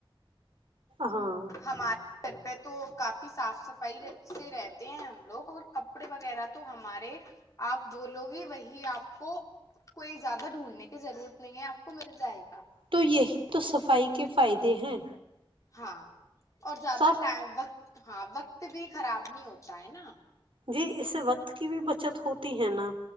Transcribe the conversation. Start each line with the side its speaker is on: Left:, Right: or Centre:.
Right: ہاں
Left: ہمارے گھر پہ تو کافی صاف صفائی سے رہتے ہیں ہم لوگ اور کپڑے وغیرہ تو ہمارے آپ ب لو گے وہی آپ کو کوئی زیادہ ڈھونڈنے کی ضرورت نہیں ہے آپ کو مل جائے گا
Right: تو یہی تو صفائی کے فائدے ہیں
Left: ہاں اور زیادہ
Right: صاف
Left: ٹائم وقت ہاں وقت بھی خراب نہیں ہوتا ہے نا
Right: جی اس وقت کی بھی بچت ہوتی ہے نا